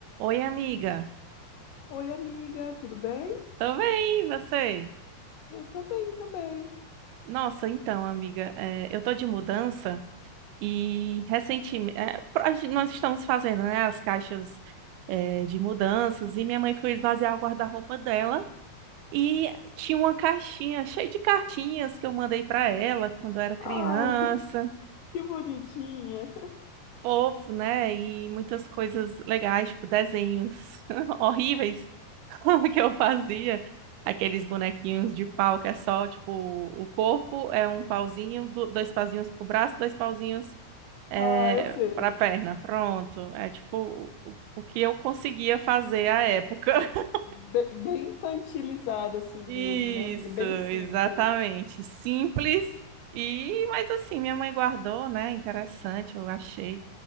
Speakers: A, on the right; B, on the left.
A: Oi, amiga.
B: Oi, amiga, tudo bem?
A: Tô bem, e você?
B: Eu tô bem também.
A: Nossa, então, amiga, é, eu tô de mudança e recentemente é, pro- a gen- nós estamos fazendo, né, as caixas é, de mudanças e minha mãe foi esvaziar o guarda-roupa dela e tinha uma caixinha cheia de cartinhas que eu mandei pra ela quando eu era criança.
B: Ai, que, que bonitinha.
A: fofo, né? E muitas coisas legais, tipo desenhos <laughs> horríveis <laughs> que eu fazia. Aqueles bonequinhos de pau que é só, tipo, o corpo é um pauzinho, do- dois pauzinhos pro braço, dois pauzinhos é,
B: Ah, eu sei.
A: pra perna. Pronto. É tipo o, o que eu conseguia fazer à época. <laughs>
B: Be- bem infantilizada assim
A: Isso,
B: mesmo, né, amiga? Bem
A: exatamente.
B: simples.
A: Simples. E, mas assim, minha mãe guardou, né? Interessante, eu achei.